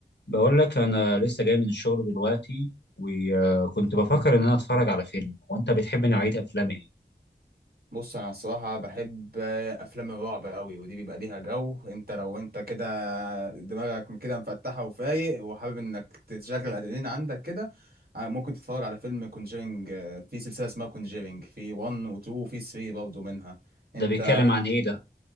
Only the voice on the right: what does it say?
بص انا الصراحه بحب افلام الرعب قوي ودي بيبقى ليها جو انت لو انت كده دماغك من كده مفتحه وفايق وحابب انك تشغل الادرينالين عندك كده ع- ممكن تتفرج على فيلم كونجيرنج في سلسله اسمها كونجيرنج في 1 و2 وفي 3 برضه منها انت